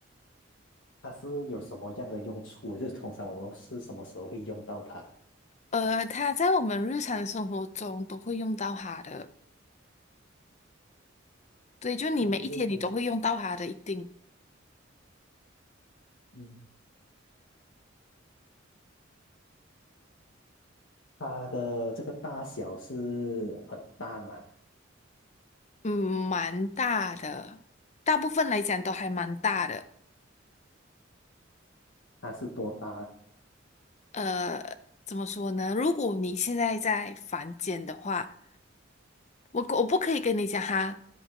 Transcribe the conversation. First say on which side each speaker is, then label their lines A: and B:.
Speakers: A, on the left (about 75°); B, on the left (about 35°).
A: 它是有什么样的用处的？就是通常我们是什么时候会用到它？
B: 呃，它在我们日常生活中都会用到它的，对，就你每一天你都会用到它的，
A: 那我们日常，
B: 一定。
A: 嗯，它的这个大小是很大吗？
B: 嗯，蛮大的，大部分来讲都还蛮大的。
A: 它是多大？
B: 呃，怎么说呢？如果你现在在房间的话，我我不可以跟你讲它